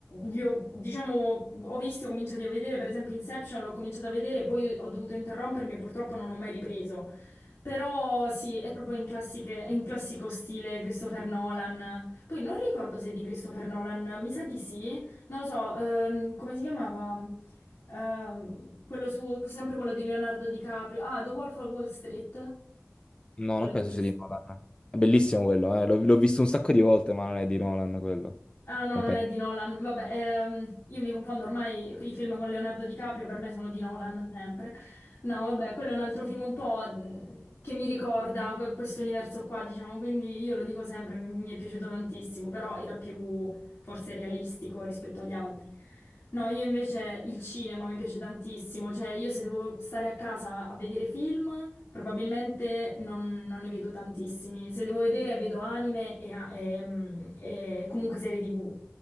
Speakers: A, on the left; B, on the left.
A: li ho, diciamo, ho visto, ho cominciato a vedere, per esempio Inception, l'ho cominciato a vedere, poi ho dovuto interrompermi e purtroppo non ho mai ripreso. Però sì, è proprio in, classiche- in classico stile Christopher Nolan. Poi non ricordo se è di Christopher Nolan, mi sa di sì. Non lo so, ehm, come si chiamava? Ehm, quello su, sempre quello di Leonardo DiCaprio. Ah, The Wolf of Wall Street.
B: No,
A: L'hai
B: non penso
A: visto?
B: sia di Nolan. È bellissimo quello, eh, L'ho l'ho visto un sacco di volte, ma non è di Nolan quello.
A: Ah no,
B: Non
A: non
B: penso.
A: è di Nolan. Vabbè, ehm, io mi confondo ormai i film con Leonardo DiCaprio, per me sono di Nolan sempre. No, vabbè, quello è un altro film un po' mh, che mi ricorda que- questo universo qua, diciamo, quindi io lo dico sempre, mi mi è piaciuto tantissimo, però era più forse realistico rispetto agli altri. No, io invece il cinema mi piace tantissimo, cioè io se devo stare a casa a vedere film, probabilmente non, non ne vedo tantissimi, se devo vedere vedo anime e, a- e, mm, e comunque serie TV.